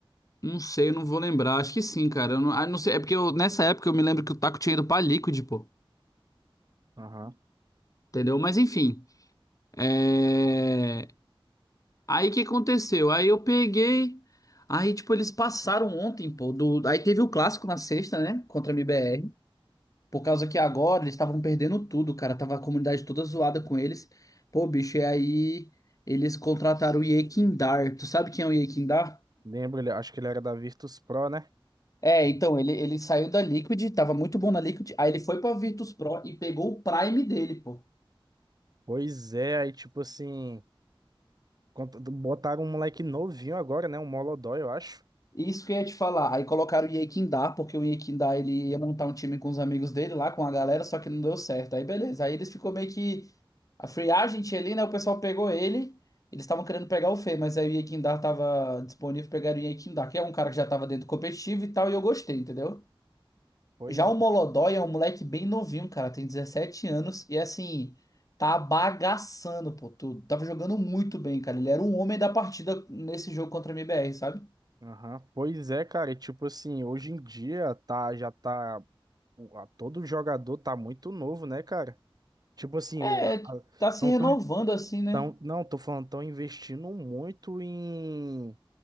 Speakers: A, on the left; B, on the right.
A: não sei, eu não vou lembrar, acho que sim, cara. Eu não, ah, não sei, é porque eu- nessa época eu me lembro que o Taco tinha ido pra Liquid, pô,
B: Aham.
A: entendeu? Mas enfim, é... aí o que aconteceu? Aí eu peguei, aí tipo, eles passaram ontem, pô, do... aí teve o clássico na sexta, né? Contra a MBR. Por causa que agora eles estavam perdendo tudo, cara. Tava a comunidade toda zoada com eles. Pô, bicho, e aí eles contrataram o Yekindar. Tu sabe quem é o Yekindar?
B: Lembro, ele, acho que ele era da Virtus Pro, né?
A: É, então, ele, ele saiu da Liquid, tava muito bom na Liquid. Aí ele foi pra Virtus Pro e pegou o Prime dele, pô.
B: Pois é, aí tipo assim, cont- botaram um moleque novinho agora, né? Um Molodói, eu acho.
A: Isso que eu ia te falar. Aí colocaram o Yekindá, porque o Yekindá ele ia montar um time com os amigos dele lá, com a galera, só que não deu certo. Aí beleza. Aí eles ficou meio que a free agent ali, né? O pessoal pegou ele. Eles estavam querendo pegar o Fê, mas aí o Yekindá tava disponível, pegaram o Yekindá, que é um cara que já tava dentro do competitivo e tal, e eu gostei, entendeu?
B: Pois
A: Já o Molodói é um moleque bem novinho, cara, tem 17 anos e assim, tá bagaçando, pô, tudo. Tava jogando muito bem, cara. Ele era um homem da partida nesse jogo contra a MBR, sabe?
B: Aham. Pois é, cara, e tipo assim, hoje em dia tá, já tá, o- a- todo jogador tá muito novo, né, cara? Tipo assim,
A: É,
B: o, a- a-
A: tá se
B: não
A: renovando
B: tô,
A: assim, né?
B: tão, não, tô falando, tão investindo muito em,